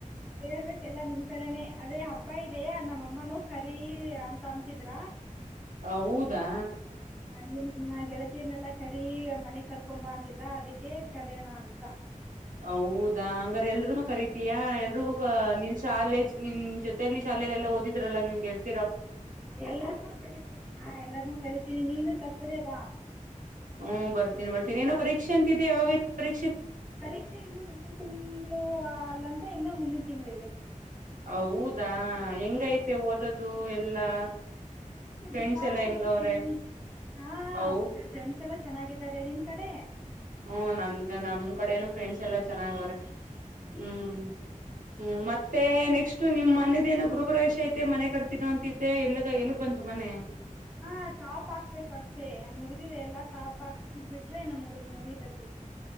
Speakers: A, in the centre; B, on the right.
A: ಹೇಳ್ಬೇಕೆಲ್ಲಾ ನಿಮ್ ಕಡೆನೆ ಅದೇ ಹಬ್ಬ ಇದೆ ನಮ್ಮಮ್ಮನೂ ಕರಿೀ ಅಂತ ಅಂತಿದ್ರ
B: ಹೌದಾ
A: ನಿಮ ಗೆಳತೀರ್ನೆಲ್ಲ ಕರಿ ಮನೆಗ್ ಕರ್ಕೊಂಬ ಅಂತಿದ್ರ ಅದಕ್ಕೆ ಕರಯೋಣ ಅಂತ
B: ಹೌದದು ಹಂಗಾರ ಎಲ್ರುೂನು ಕರಿತಿಯಾ ಎಲ್ರಿಗೂ ನಿನ್ ಶಾಲೇಜ್ ನಿ್ ಜೊತಲಿ ಶಾಲೆಲ್ಲ ಓದಿದ್ರಲ್ಲಾ ನಿನ ಗೆಳತಿ
A: ಎ ಹ ಎಲ್ಲಾನ ಕರಿತೀನಿ ನೀನು ಸತ್್ರೆ ಬಾ
B: ಹ್ಮ್ ಬರ್ತೀನಿ ಬರತೀನಿ ಏನ ಪೀಕ್ಷೆ ಅಂತಿದೆ ಯಾಗ ಪರೀ
A: ಪರೀಕ್ಷೆ ಇನ್ನು ಮುಂದಿನ ತಿಂಗಳು ಅಲ್ಲ ಇನ್ನ ಮುಂದಿನ ತಿಂಗಳದೆ
B: ಹೌದಾ ಹೆಂಗೈತೆ ಓದೋದು ಎಲ್ಲಾ
A: ನಡೀತಾ
B: ಫ್ರೆಂಡ್ಸ್ ಎಲ್ಲಾ ಹೆಂಗವ್ರೆ
A: ಇದೆ ಸುಮ್ಮನೆ ಹ
B: ಹೌ
A: ಫ್ರೆಂಡ್ಸ್ ಎಲ್ಲ ಚೆನ್ನಾಗಿದ್ದಾರೆ ನೀನ್ ಕಡೆ
B: ಹಓ ನನ್ಗ ನಮ್ ಕಡೆ ನು ಫ್ರೆಂಡ್ಸ್ ಎಲ್ಲಾ ಚೆನ್ನಾಗ ಅವ್ರೆ ಹ್ಮ್ ಹ್ಮ್ ಮತ್ತೆ ನೆಕ್ಸ್ಟ್ ನಿಮ್ ಮನದೇನೋ ಗೃರುಪ್ರವೇಶ ಐತೆ ಮನೆ ಕಟ್ತನೋ ಅಂತಿದ್ದೆ ಎಲ್ಗ ಎಲ್ಗ್ ಬಂತು ಮನೆ
A: ಹಾ ಟಾಪ್ ಹಾಕ್ಬೇಕು ಅಷ್ಟೇ ಮುಗ್ದಿದೆ ಎಲ್ಲಾ ಟಾಪ್ ಹಾಕ್ಸ್ ಬಿಟ್ರೆ ನ ಮುಗಿದ ಮುಗಿತತಿ